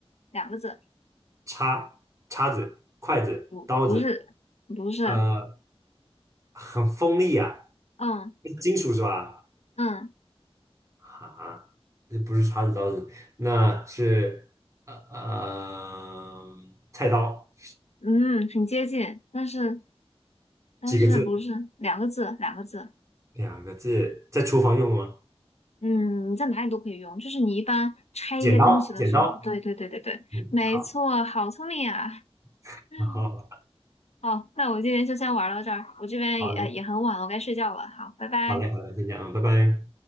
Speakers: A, on the left (about 85°); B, on the right (about 30°).
A: 两个字，
B: 叉、叉子、筷子、
A: 不，
B: 刀子，
A: 不是，不是，
B: 呃，很锋利啊，
A: 嗯
B: 金属是吧？
A: 嗯
B: 啊，这不是叉子刀子，那是呃呃菜刀，
A: 嗯，很接近，但是但是不是两个字，
B: 几个字？
A: 两个字，
B: 两个字，在厨房用的吗？
A: 嗯，你在哪里都可以用，就是你一般拆一些东西的时候，
B: 剪刀，剪刀。
A: 对对对对对，
B: 嗯，
A: 没错，
B: 好，
A: 好聪明啊，
B: <laughs>
A: 嗯，
B: 好，
A: 好，那我今天就先玩到这儿，我这边也呃也很晚了，
B: 好了，
A: 我该睡觉了，好，拜拜。
B: 好嘞，好嘞，先这样，嗯，拜拜。